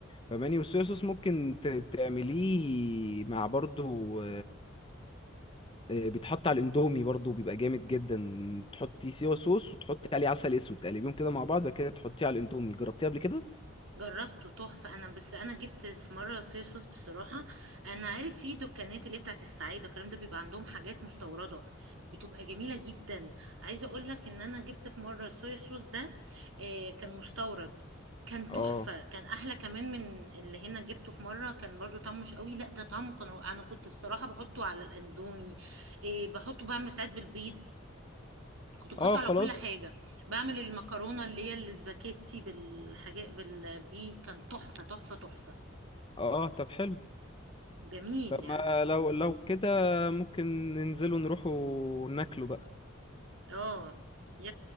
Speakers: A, on the left; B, on the right.
A: فماني والصويا صوص ممكن ت- تعمليه مع برضو آه، بيتحط على الاندومي برضو بيبقى جامد جدا تحطي سيوا صوص وتحطي عليه عسل اسود تقلبيهم كده مع بعض بعد كده تحطيه على الاندومي جربتيه قبل كده
B: جربته تحفة انا بس انا جبت في مرة صويا صوص بصراحة انا عارف في دكانات اللي هي بتاعت السعيدة والكلام ده بيبقى عندهم حاجات مستوردة بتبقى جميلة جدا عايزة اقول لك ان انا جبت في مرة صويا صوص ده آه، كان مستورد كان
A: اه
B: تحفة كان احلى كمان من اللي هنا جبته في مرة كان برضو طعمه مش قوي لا ده طعمه كان رائع. انا كنت بصراحة بحطه على الاندومي آه، بحطه بعمل ساعات بالبيض كنت بحطه
A: اه
B: على
A: خلاص
B: كل حاجة بعمل المكرونة اللي هي الاسباجيتي بالحاجات بال... دي كان تحفة تحفة تحفة
A: اه طب حلو
B: جميل
A: طب
B: يعني
A: ما لو لو كده ممكن ننزلوا نروحوا ناكلوا بقى
B: اه ي...